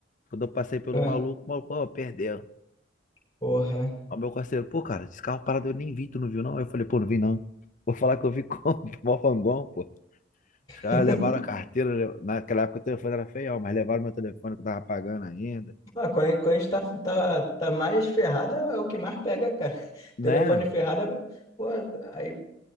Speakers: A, on the left; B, on the left.
A: Quando eu passei pelo
B: Ah,
A: maluco, o maluco, ó, perdeu.
B: porra.
A: Aí meu parceiro, pô, cara, esse carro parado eu nem vi, tu não viu não? Aí eu falei, pô, não vi não. Vou falar que eu vi com <laughs> o Fangão, pô. Os caras
B: <laughs>
A: levaram a carteira, le- naquela época o telefone era feião, mas levaram meu telefone que eu tava pagando ainda,
B: Ah, quando a quando a gente tá, tá, tá mais ferrado, é é o que mais pega, cara. <laughs>
A: né?
B: Telefone ferrado, é- pô, aí